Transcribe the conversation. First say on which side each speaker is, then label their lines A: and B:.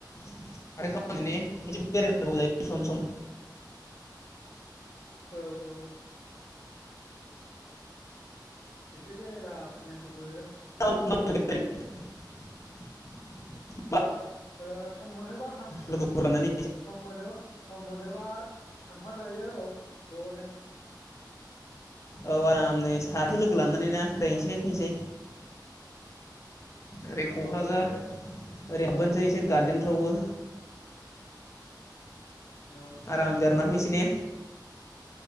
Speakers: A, on the left (about 40°); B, on the left (about 80°).
A: आरो हालखा मोनो ने एसे बेरानांगौलाय सम सम।
B: औ औ एसे बेरायला बायनांगौबो।
A: <unintelligible>
B: ओ सम मोनोबा थां
A: लोगोफोर लानानै
B: सम मोनोबा सम मोनोबा थांफा जायो औ ज'नो।
A: औ आरामनो साथो लोगो लानानै ना बेरायनोसै फैनोसै। ओरै
B: औ
A: क'क्राझार
B: औ जायो
A: ओरै हाबबोनोसै एसे गार्देनफ्रावबो
B: औ जायो
A: आराम बेरना फैसै ने